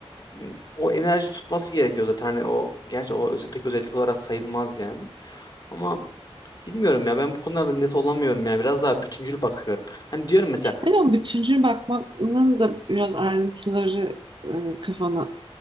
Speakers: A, on the left; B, on the right.
A: m, o enerji tutması gerekiyor zaten. Hani o gerçi o öze- pek özellik olarak sayılmaz yani. Ama bilmiyorum ya ben bu konularda net olamıyorum yani biraz daha bütüncül bakıyorum. Hani diyorum mesela
B: Hani o bütüncül bakmanın da biraz ayrıntıları e, kafana